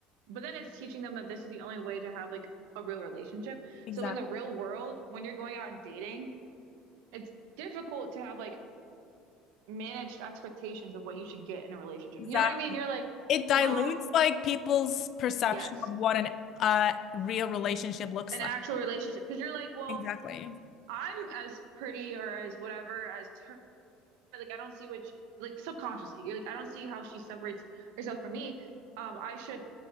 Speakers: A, on the right; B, on the left.
A: but then it's teaching them that this is the only way to have like a real relationship.
B: Exactly.
A: So in the real world, when you're going out and dating, it's difficult to have like managed expectations of what you should get in a relationship.
B: Exactly.
A: You know what I mean? You're like,
B: It dilutes
A: well,
B: like people's perception
A: yes,
B: of what an uh real relationship looks
A: an
B: like.
A: actual relationship. Because you're like, well,
B: Exactly.
A: I'm as pretty or as whatever as her. Like, I don't see what she, like subconsciously, you're like, I don't see how she separates herself from me. Um, I should,